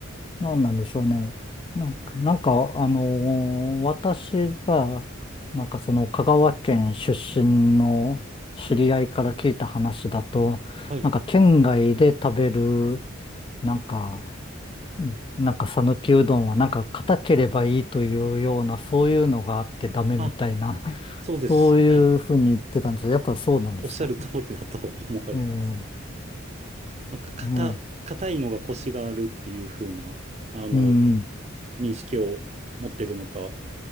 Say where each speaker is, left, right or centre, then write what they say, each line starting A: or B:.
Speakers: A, on the left; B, on the right.
A: なんなんでしょうね。
B: あ、
A: なんか、なんかあの私が、なんかその香川県出身の知り合いから聞いた話だと、
B: はい。
A: なんか県外で食べる、なんか、うん、なんか讃岐うどんはなんか硬ければいいというような、そういうのがあってダメみたいな、
B: あ、
A: <laughs>
B: そうです。
A: そういうふうに言ってたんですけど、
B: はい。
A: やっぱそうなんですか。
B: おっしゃる通りだと <laughs> 思われます。
A: ええ
B: なんか、硬、
A: ええ
B: 硬いのが腰があるっていう風な、あの、
A: うん、
B: 認識を持ってるのか、ま